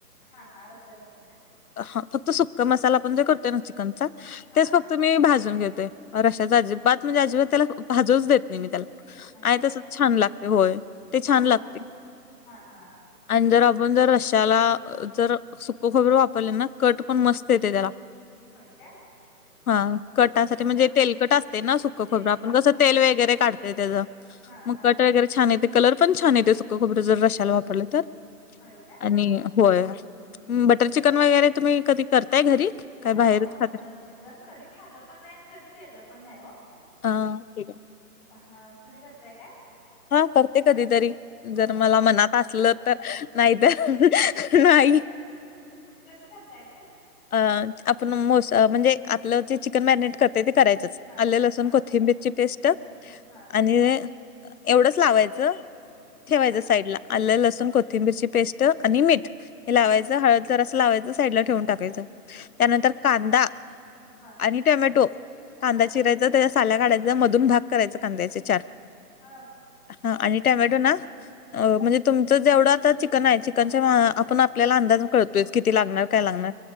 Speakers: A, on the left; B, on the left.
A: हा हा, रशाचत नाही.
B: ह, फक्त सुक्का मसाला पण जे करतोय ना चिकनचा
A: हा
B: तेच फक्त मी भाजून घेतोय. रशाच
A: हा
B: अजीबदात
A: हा
B: म्हजे आजबात त्याला भाजूच देत ''--'' नाही मी त्याला
A: नाही
B: आ
A: काय
B: तसच छान
A: हा
B: लागते होय ते छान
A: हा
B: लागते.
A: हा हा हा
B: आणि जर आपण जर रशाला जर सुक खबर वापरले ना कट पण मस्त येते त्याला.
A: होय काय
B: हा, कटासाठी
A: हा
B: म्हणजे
A: हा
B: तेलकट असते सुक
A: तेलकट
B: खोबर आप ''--''
A: असते होय
B: तेल वैगर
A: खोबरं
B: काढतय त्याचा
A: हा
B: मग
A: हा
B: कट. वगैरे ये कलर पण छान येते सुंक खोबरं रशाला वापरलं तर.
A: होय काय
B: आणि
A: हा हा
B: होय बटर चिकन वगैरे तुम्ही कधी करताय घरी.
A: नाही
B: काय बाहेरच
A: हो बटर
B: खाताय?
A: चिकन कधी खालं पण नाही आणि कधी केलं पण नाही हो.
B: अ, ठीक आहे.
A: हा, तुम्ही करताय काय.
B: हा, करते कधी तरी. जर
A: हा
B: मला
A: हा
B: मनात असलं तर नाही तर
A: हा
B: नाही.
A: कसं करताय ते.
B: अ आपण मोस म्हणजे आपलं जे चिकन मॅरिनेट करतो. ते करायचंच
A: हा
B: आले लसूण
A: हा
B: कोथिंबीरची पेस्ट.
A: हा,
B: आणि एवढंच लावायचं ठेवायचं
A: हा
B: साईड ला. आल, लसूण, कोथिंबीरची पेस्ट आणि मीठ. हे लावायच.
A: मीठ
B: हळद
A: हा
B: जरास लावायच.
A: हा
B: साईडला ठेवून टाकायच. त्यानंतर
A: हा
B: कांदा
A: हा
B: आणि टोमॅटो कांदा
A: हा
B: चिरायचा त्या काढायचा मधून भाग कांदाायचे चार
A: हा
B: हा आणि टोमॅटो ना अ म्हणजे तुमच जेवढ आता चिकन आहे चिकनच्या आपण आपल्याला अंदाज कळतो. किती लागणार
A: हा
B: काय लागणार.